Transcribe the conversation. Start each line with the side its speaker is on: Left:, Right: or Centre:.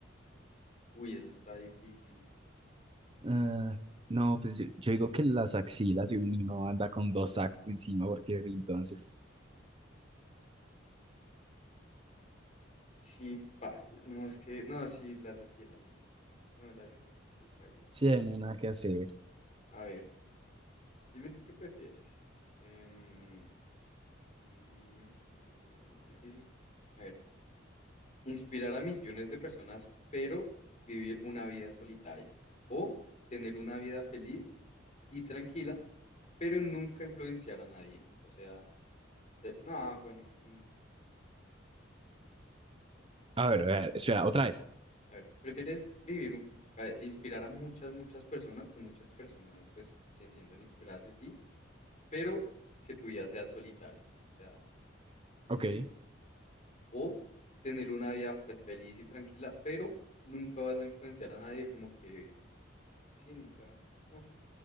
Left: Uy, esa está difícil.
Right: Ah, no, pues yo, yo digo que las axilas y uno anda con dos sacos encima porque entonces
Left: Sí, paila. No, es que, no, sí, las de Aquila, sí, sí. No, el aliento creo que paila.
Right: sí, ahí no hay nada que hacer.
Left: A ver, dime tú qué prefieres. Em, mm, déjame pienso una difícil. A ver, inspirar a millones de personas, pero vivir una vida solitaria. O tener una vida feliz y tranquila, pero nunca influenciar a nadie. O sea, se- no, ah, bueno. mm,
Right: A ver, a ver, espera, otra vez.
Left: A ver, ¿prefieres vivir, un- a- inspirar a muchas, muchas personas, que muchas personas pues se sienten inspiradas de ti, pero que tu vida sea solitaria? O sea,
Right: Ok.
Left: ¿sí? O tener una vida pues feliz y tranquila, pero nunca vas a influenciar a nadie, como que, sí, nunca, no.